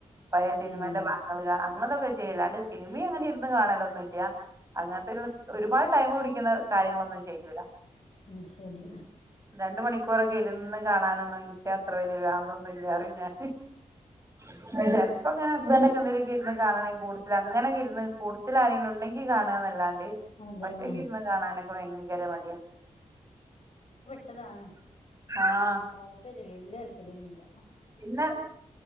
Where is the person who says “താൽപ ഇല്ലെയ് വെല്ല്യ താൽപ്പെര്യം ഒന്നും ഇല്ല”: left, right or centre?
Left